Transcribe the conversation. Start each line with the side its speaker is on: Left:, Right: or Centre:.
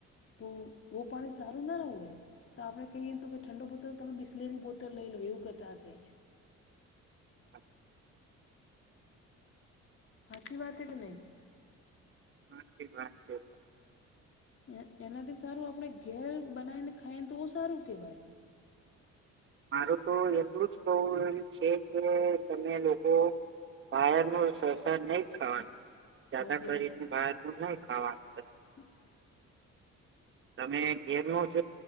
Left: તો વો પાણી સારું ના રહે ભાઈ તો આપણે કહીએ તો કે ઠંડ બ પોતો તમે બિસ્લેરી બોતલ લઈ લો એવું કતા હશે,
Right: <unintelligible>
Left: હાચી વાત એ કે નહી-
Right: હા ચી વાત છે,
Left: એ એનાથી સારું આપણે ઘેર બનાવીને ખાઈએને તો એું સારું કહેવાય,
Right: મારું તો એટલું <unintelligible> છે કે તમે લોકો? બાર ન શસ નહી ખાવાનું દાદા
Left: સાચી
Right: કરીને
Left: વાત
Right: બહાર નુ નહી ખાવાનું-
Left: <inaudible>
Right: તમે ઘેર ન જ